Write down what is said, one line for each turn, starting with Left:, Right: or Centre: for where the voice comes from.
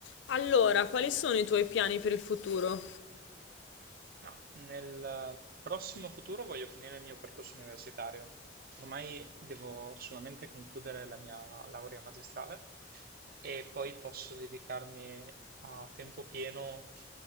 Left: Allora, quali sono i tuoi piani per il futuro?
Right: No, nel prossimo futuro voglio finire il mio percorso universitario. Ormai devo solamente concludere la mia laurea magistrale e poi posso dedicarmi a tempo pieno,